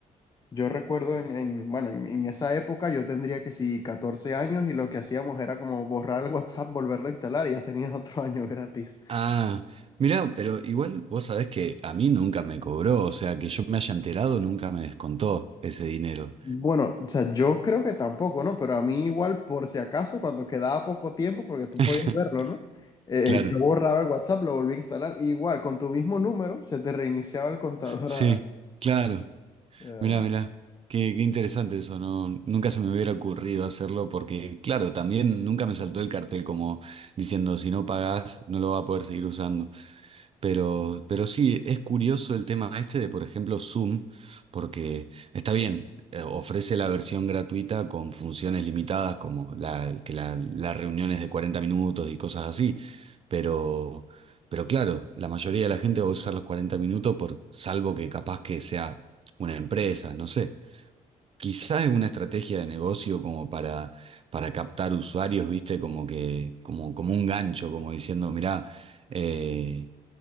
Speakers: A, on the left (about 25°); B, on the right (about 40°).
A: yo recuerdo en, en- bueno, en, en esa época yo tendría que sí 14 años y lo que hacíamos era como borrar el WhatsApp, volverlo a instalar y ya tenías otro <laughs> año gratis.
B: Ah, mirá, pero igual vos sabés que a mí nunca me cobró, o sea, que yo me haya enterado nunca me descontó ese dinero.
A: Bueno, o sea, yo creo que tampoco, ¿no? Pero a mí igual, por si acaso, cuando quedaba poco tiempo, porque tú
B: <laughs>
A: podías verlo, ¿no? Eh,
B: Claro,
A: yo borraba el WhatsApp, lo volví a instalar, y igual, con tu mismo número, se te reiniciaba el contador
B: sí,
A: a-
B: claro,
A: Eh,
B: mirá, mirá, qué, qué interesante eso, ¿no? Nunca se me hubiera ocurrido hacerlo porque, claro, también nunca me saltó el cartel como diciendo, si no pagás, no lo vas a poder seguir usando. Pero, pero sí, es curioso el tema este de, por ejemplo, Zoom, porque está bien, eh, ofrece la versión gratuita con funciones limitadas, como la, que la, las reuniones de 40 minutos y cosas así, pero, pero claro, la mayoría de la gente va a usar los 40 minutos por, salvo que capaz que sea una empresa, no sé. Quizás es una estrategia de negocio como para, para captar usuarios, ¿viste? Como que, como, como un gancho, como diciendo, mirá, eh,